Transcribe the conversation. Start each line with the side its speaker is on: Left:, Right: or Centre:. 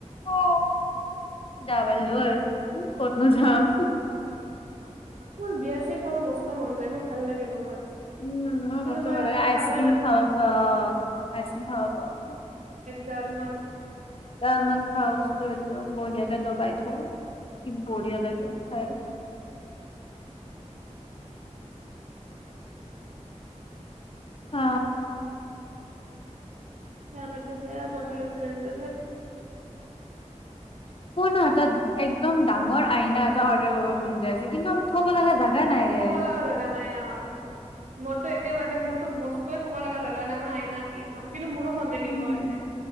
Left: অ ডাবাল দৰ ক'তনো যাম
Right: মোৰ বিয়া চিয়া খাব মষ্ট মন যায় মোৰ ভাল লাগে বহুত
Left: উম মই
Right: কিন্তু
Left: ভাল
Right: সেনেকে
Left: আইচক্ৰীম
Right: খাবই নাপাওঁ
Left: খাব পা আইচক্ৰীম খাব পাও
Right: জালমানমান
Left: কলমং খাও চ বহুত জেগা দবাইত হ কি বঢ়িয়া লাগে হয় অ
Right: মিটো বেয়া ব লোচন ধ
Left: ক ন আটা এক একদম ডাঙৰ আইনা এটা অৰ্ডাৰ কৰিব মন যায় ‌ যে আছে কিন্তু আমি থ'ব লগা নাই ৰে।
Right: থব লগা জোগা নাই অ মোৰতো একেবাৰে মোৰতো বস্তুৱে থব লগা জেগা নাই মই আইনা কি থম কিন্তু মোৰো মন যে কিনিব
Left: উম।
Right: কাৰণে